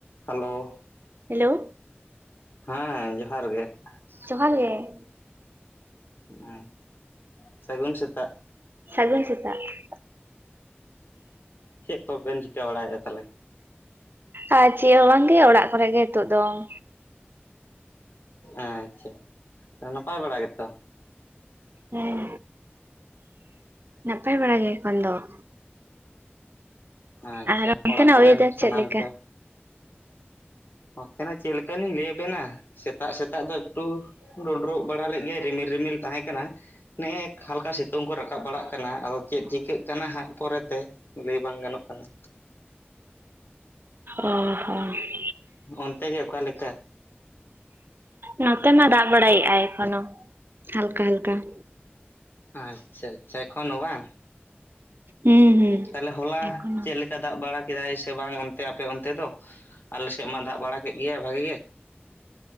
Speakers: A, on the left; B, on the right.
A: Hello,
B: hello,
A: ᱦᱮᱸ ᱡᱚᱦᱟᱨ ᱜᱮ ᱾
B: ᱡᱚᱦᱟᱨ ᱜᱮ ᱾
A: ᱦᱩᱸ ᱥᱟᱹᱜᱩᱱ ᱥᱮᱛᱟᱜ ᱾
B: ᱥᱟᱹᱜᱩᱱ ᱥᱮᱛᱟᱜ ᱾
A: ᱪᱮᱫ ᱠᱚᱵᱤᱱ ᱪᱤᱠᱟᱹ ᱵᱟᱲᱟᱭᱮᱫᱼᱟ ᱛᱟᱦᱚᱞᱮ?
B: ᱟᱨ ᱪᱮᱫ ᱦᱚᱸ ᱵᱟᱝᱜᱮ ᱚᱲᱟᱜ ᱠᱚᱨᱮ ᱜᱮ ᱱᱤᱛᱚᱜ ᱫᱚ ᱾
A: ᱟᱪᱪᱷᱟ, ᱱᱟᱯᱟᱭ ᱵᱟᱲᱟ ᱜᱮᱛᱚ?
B: ᱦᱮᱸ, ᱱᱟᱯᱟᱭ ᱵᱟᱲᱟ ᱜᱮ ᱮᱠᱷᱚᱱ ᱫᱚ ᱾
A: ᱟᱪᱪᱷᱟ,
B: ᱟᱨ ᱚᱱᱛᱮᱱᱟᱜ
A: ᱚᱲᱟᱜ ᱠᱚᱨᱮᱱ
B: ᱚᱭᱮᱫᱟᱨ
A: ᱥᱟᱱᱟᱢ
B: ᱪᱮᱫ ᱞᱮᱠᱟ
A: ᱠᱚ? ᱱᱚᱛᱮᱱᱟᱜ ᱪᱮᱫ ᱞᱮᱠᱟ ᱞᱤᱧ ᱞᱟᱹᱭ ᱟᱵᱮᱱᱟ, ᱥᱮᱛᱟᱜ ᱥᱮᱛᱟᱜ ᱫᱚ ᱮᱠᱴᱩᱼᱼ ᱰᱩᱰᱨᱩᱜ ᱵᱟᱲᱟ ᱞᱮᱫ ᱜᱮ ᱨᱤᱢᱤᱞ ᱨᱤᱢᱤᱞ ᱛᱟᱦᱮᱸ ᱠᱟᱱᱟ᱾ ᱱᱮᱜᱼᱮ ᱦᱟᱞᱠᱟ ᱥᱤᱛᱼᱼ ᱥᱤᱛᱩᱝ ᱠᱚ ᱨᱟᱠᱟᱵ ᱵᱟᱲᱟᱜ ᱠᱟᱱᱟ, ᱟᱫᱚ ᱪᱮᱫ ᱪᱤᱠᱟᱹᱜ ᱠᱟᱱᱟ ᱦᱟᱸᱜ ᱯᱚᱨᱮᱛᱮ ᱞᱟᱹᱭ ᱵᱟᱝ ᱜᱟᱱᱚᱜ ᱠᱟᱱᱟ ᱾
B: ᱚ ᱦᱚᱸᱳ᱾ <unintelligible>
A: ᱚᱱᱛᱮ ᱜᱮ ᱚᱠᱟᱞᱮᱠᱟ?
B: ᱱᱚᱛᱮ ᱢᱟ ᱫᱟᱜ ᱵᱟᱲᱟᱭᱮᱫᱟᱭ, ᱮᱠᱷᱚᱱᱚ ᱦᱟᱞᱠᱟ ᱦᱟᱞᱠᱟ ᱾
A: ᱟᱪᱪᱷᱟ, ᱟᱪᱪᱷᱟ ᱮᱠᱷᱚᱱᱳ ᱵᱟᱝᱼᱼ
B: ᱦᱩᱸ ᱦᱩᱸ
A: ᱛᱟᱦᱚᱞᱮ, ᱦᱚᱞᱟ
B: ᱮᱠᱷᱚᱱᱳ
A: ᱪᱮᱫᱮ ᱞᱮᱼᱼ ᱫᱟᱜ ᱵᱟᱲᱟ ᱠᱮᱫᱟᱭ ᱥᱮ ᱵᱟᱝ ᱚᱱᱛᱮ ᱟᱯᱮ ᱚᱱᱛᱮ ᱫᱚ? ᱟᱞᱮᱥᱮᱫ ᱢᱟ ᱫᱟᱜ ᱵᱟᱲᱟ ᱠᱮᱫ ᱜᱮᱭᱟᱭ ᱵᱷᱟᱜᱤ ᱜᱮ ᱾